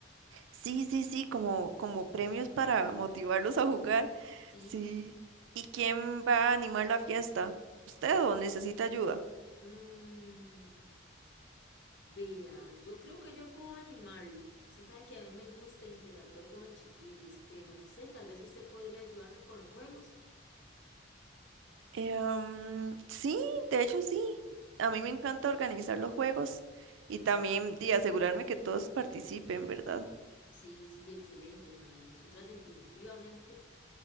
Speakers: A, on the right; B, on the left.
A: Sí, sí, sí, como, como premios para motivarlos a jugar.
B: Sí.
A: Sí. ¿Y quién va a animar la fiesta? ¿Usted o necesita ayuda?
B: Mm, vea, yo creo que yo puedo animarla. Usted sabe que a mí me gusta interactuar con los chiquillos, pero no sé, tal vez usted podría ayudarme con los juegos.
A: Em, sí, de hecho sí. A mí me encanta organizar los juegos y también de asegurarme que todos participen, ¿verdad?
B: Sí, sí, excelente, mae. Nosotras definitivamente,